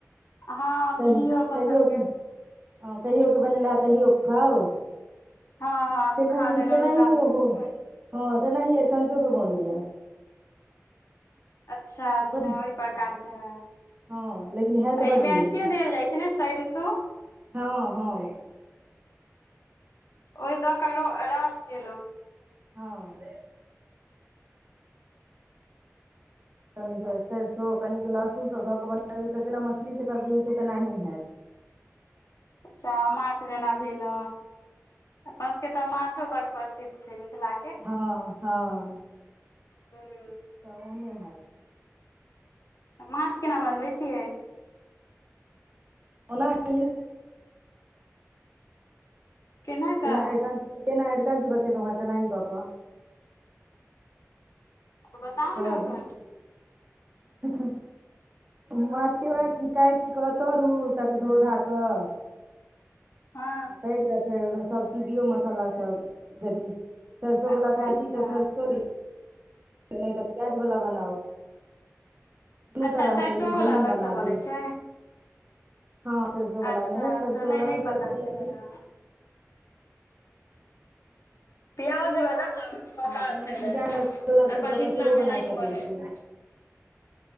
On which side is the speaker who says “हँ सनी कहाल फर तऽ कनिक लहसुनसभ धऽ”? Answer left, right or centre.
Right